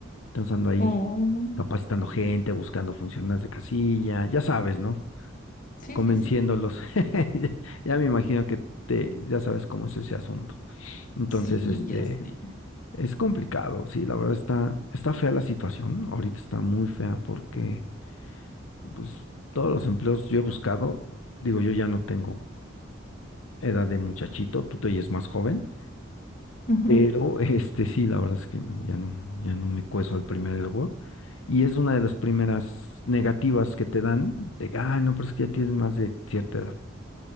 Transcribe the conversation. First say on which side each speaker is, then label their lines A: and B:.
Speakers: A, on the left; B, on the left.
A: Entonces ando ahí
B: Oh,
A: capacitando gente, buscando funcionarios de casilla, ya sabes, ¿no?
B: sí,
A: Convenciéndolos.
B: sí, sí.
A: <laughs> Ya me imagino que te, ya sabes cómo es ese asunto. Entonces,
B: Sí,
A: este...
B: ya sé.
A: Es complicado, sí, la verdad está, está fea la situación, ahorita está muy fea porque pues todos los empleos yo he buscado, digo yo ya no tengo edad de muchachito, tú te oyes más joven,
B: Ujú,
A: pero <laughs> este sí, la verdad es que no, ya no, ya no me cueso al primer hervor y es una de las primeras negativas que te dan de, que, ay, no, pero es que ya tienes más de cierta edad,